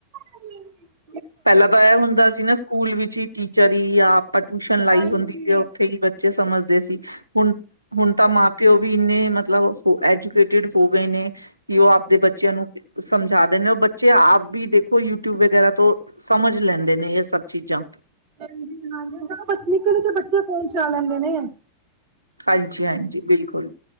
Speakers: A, on the right; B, on the right.
A: <inaudible>
B: ਪਹਿਲਾਂ ਤਾਂ ਏ ਹੁੰਦਾ ਸੀ ਨਾ ਸਕੂਲ ਵਿੱਚ ਹੀ ਟੀ ਚਰੀ ਆ ਆਪਾਂ ਟਿਊਸ਼ਨ ਲਾਈ
A: ਹਾਂਜੀ।
B: ਹੁੰਦੀ ਜੇ ਉੱਥੇ ਈ ਬੱਚੇ ਸਮਝਦੇ ਸੀ ਹੁਨ -ਹੁਨ ਤਾਂ ਮਾਂ ਪਿਓ ਵੀ ਇੰਨੇ ਮਤਲਬ ਮਤਲਬ ਐਜੂਕੇਟਿਡ ਹੋ ਗਏ ਨੇ। ਕਿ ਉਹ ਆਪਦੇ ਬੱਚਿਆਂ ਨੂੰ ਸਮਝਾ ਦੇਣੇ ਬੱਚੇ ਆਪ ਵੀ ਦੇਖੋ ਯੂਟਿਊਬ ਵਗੈਰਾ ਤੋਂ ਸਮਝ ਲੈਂਦੇ ਨੇ ਇਹ ਸਭ ਚੀਜ਼ਾਂ।
A: ਹਾਂਜੀ- ਹਾਂਜੀ ਉਹ ਪਤਾ ਨੀ ਨਿੱਕੇ ਨਿੱਕੇ ਬੱਚੇ ਫੋਨ ਚਲਾ ਲੈਂਦੇ ਨੇ।
B: ਹਾਂਜੀ -ਹਾਂਜੀ ਬਿਲਕੁਲ।